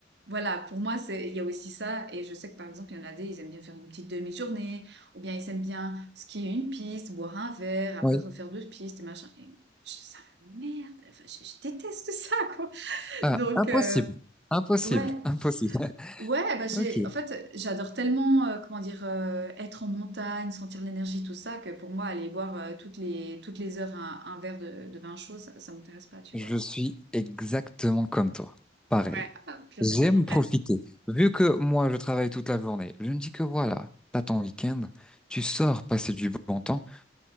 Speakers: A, on the right; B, in the centre.
A: voilà, pour moi, c'est, il y a aussi ça. Et je sais que par exemple, il y en a des, ils aiment bien faire une petite demi-journée, ou bien ils aiment bien skier une piste, boire un verre, après
B: Oui.
A: refaire deux pistes et machin. Et je- ça merde, enfin, je, je déteste ça, quoi. <laughs>
B: Ah,
A: Donc,
B: impossible.
A: euh,
B: Impossible.
A: ouais,
B: Impossible. <laughs>
A: ouais, bah j'ai,
B: Ok.
A: en fait, j'adore tellement, euh, comment dire, euh, être en montagne, sentir l'énergie, tout ça, que pour moi, aller boire euh, toutes les, toutes les heures un, un verre de, de vin chaud, ça, ça m'intéresse pas, tu
B: Je
A: vois.
B: suis exactement comme toi. Pareil.
A: Ouais. <laughs>
B: J'aime profiter. Vu que moi, je travaille toute la journée, je me dis que voilà, t'as ton week-end, tu sors passer du bon temps.